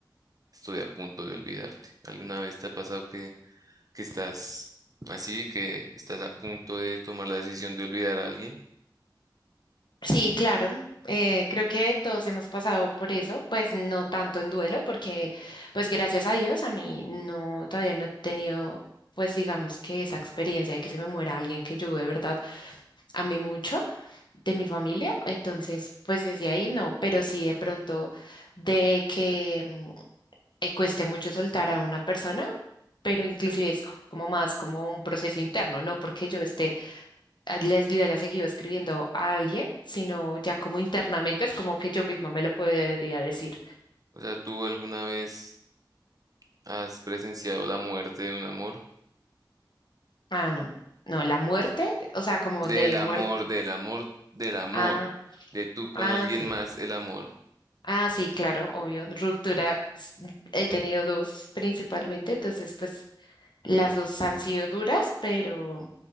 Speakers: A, on the right; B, on the left.
A: estoy a punto de olvidarte. ¿Alguna vez te ha pasado que, que estás así, que estás a punto de tomar la decisión de olvidar a alguien?
B: Sí, claro. eh, creo que todos hemos pasado por eso, pues no tanto en duelo, porque pues gracias a Dios a mí no, todavía no he tenido, pues digamos que esa experiencia de que se me muera alguien que yo de verdad amé mucho de mi familia, entonces pues desde ahí no, pero sí de pronto de que mm, eh, cueste mucho soltar a una persona, pero inclusive es co- como más como un proceso interno, no porque yo esté a- les le haya seguido escribiendo a alguien, sino ya como internamente es como que yo misma me lo podría decir.
A: O sea, ¿tú alguna vez has presenciado la muerte de un amor?
B: Ah, no, no, la muerte, o sea, como
A: Del
B: de
A: amor,
B: muerte.
A: del amor, del amor.
B: Ah,
A: De tú con
B: ah,
A: alguien
B: sí.
A: más, el amor.
B: Ah, sí, claro, obvio. Rupturas, mm, he tenido dos principalmente, entonces pues las dos han sido duras, pero,